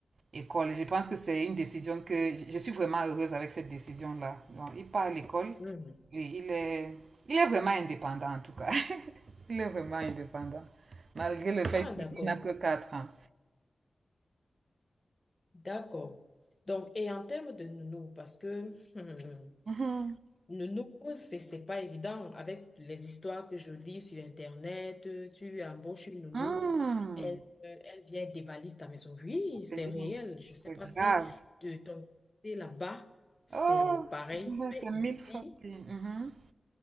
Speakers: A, on the right (about 70°); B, on the left (about 30°).
A: école. Je pense que c'est une décision que je suis vraiment heureuse avec cette décision-là. Donc, il part à l'école
B: mhm.
A: et il est, il est vraiment indépendant en tout cas. <laughs> Il est vraiment indépendant, malgré le fait
B: Ah,
A: qu'il
B: d'accord,
A: n'a que quatre ans.
B: d'accord. Donc, et en termes de nounou, parce que <laughs>
A: Mhm.
B: Le nouveau, c'est, c'est pas évident. Avec les histoires que je lis sur Internet, euh, tu embauches une nounou,
A: Hmm.
B: elle, euh, elle vient dévaliser ta maison. Oui, c'est
A: C'est bien.
B: réel. Je sais
A: C'est
B: pas si
A: grave.
B: de ton côté là-bas, c'est
A: Oh,
B: pareil.
A: ouais,
B: Mais
A: c'est mille
B: ici,
A: fois pire. Mhm.